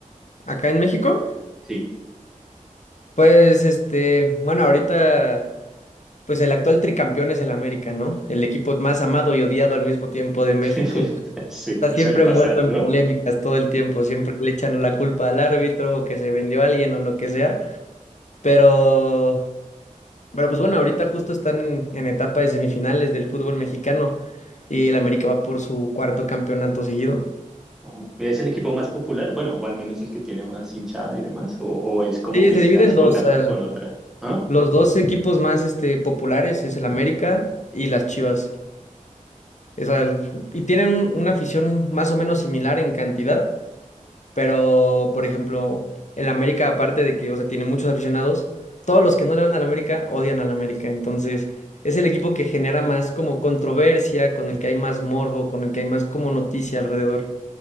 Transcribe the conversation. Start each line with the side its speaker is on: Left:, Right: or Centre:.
Left: Acá en México,
Centre: Sí,
Left: pues este, bueno, ahorita, pues el actual tricampeón es el América, ¿no? El equipo más amado y odiado al mismo tiempo de México.
Centre: <laughs> sí,
Left: Está
Centre: suele
Left: siempre
Centre: pasar,
Left: envuelto en
Centre: ¿no?
Left: polémicas todo el tiempo, siempre le echan la culpa al árbitro o que se vendió a alguien o lo que sea, pero, pero pues bueno, ahorita justo están en, en etapa de semifinales del fútbol mexicano y el América va por su cuarto campeonato seguido.
Centre: Ujú. ¿Es el equipo más popular? Bueno, o al menos el que tiene más hinchada y demás, o, o es como
Left: Sí,
Centre: que
Left: se
Centre: se
Left: divide
Centre: la disputa
Left: en dos, eh,
Centre: con otra, ¿ah?
Left: los dos equipos más este, populares es el América y las Chivas. Esa- y tienen un- una afición más o menos similar en cantidad, Pero, por ejemplo, el América, aparte de que, o sea, tiene muchos aficionados, todos los que no le van al América odian al América. Entonces, es el equipo que genera más como controversia, con el que hay más morbo, con el que hay más como noticia alrededor.